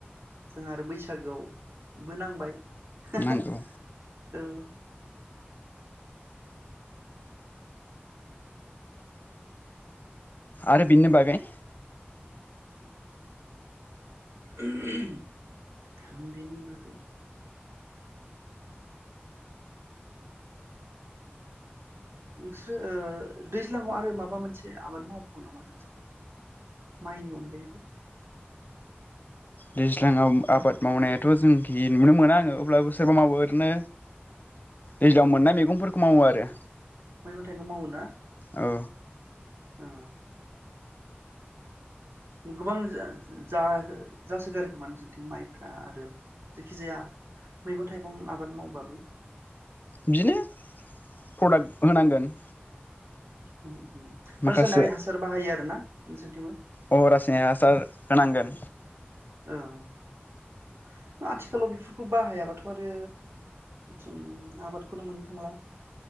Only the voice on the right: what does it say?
जोंहा आरो बैसागोआवबो नांबाय। <unintelligible>
औ
<unintelligible> हम बिनि बागै नोंस्रो ओ दैज्लाङाव आरो माबा मोनसे आबाद मावबावो नामा नोंसोर माइनि अनगायैबो?
मैगं थाइगं मावो ना?
औ गोबां जा जा जासो जासोगारो खोमा नोंसोरनिथिं माइफ्रा आरो जेखि जाया मैगं थाइगं आबाद मावबाबो।
<inaudible>
रासायनारि हासार बाहायो आरो ना नोंसोरथिबो?
औ आथिखालाव बे खौ बाहायाबाथ' आरो जों आबादखौनो मोननो थांला।